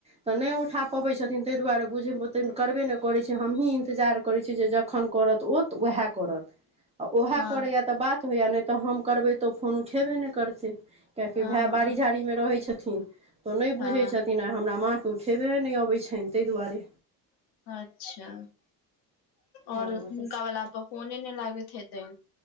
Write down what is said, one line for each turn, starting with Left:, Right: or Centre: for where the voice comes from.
Right: तऽ नहि उठा पबैत छथिन तैय दुआरे बुझै उते करबे नै करै छैय हमहीँ इन्तजार करैत छी जे जखन करत ओत ओएह करत। आ उएह
Left: हँ
Right: करैए तऽ बात होइए नै तऽ हम करबै तऽ फोन उठयबे नै करतै। किआकि
Left: हँ
Right: भाय
Left: हँ
Right: बाड़ी झाड़ीमे रहै छथिन तऽ ओ नै
Left: हँ
Right: बुझै छथिन आ हमरा माँ तऽ उठेबे नहि अबैत छनि ताहि दुआरे।
Left: अच्छा और
Right: हँ
Left: हुनका
Right: तऽ
Left: वला पर फोने नहि लागैत हेतैन।